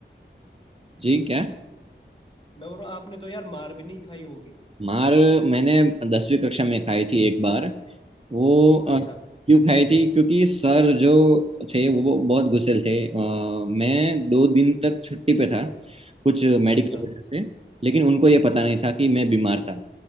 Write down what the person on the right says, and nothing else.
जी क्या
मार मैंने दसवीं कक्षा में खाई थी एक बार वो अ,
क्यों खाई थी क्योंकि सर जो थे वो बहुत गुस्सेल थे अ, मैं दो दिन तक छुट्टी पे था कुछ मेडिकल
वजह से लेकिन उनको ये पता नहीं था कि मैं बीमार था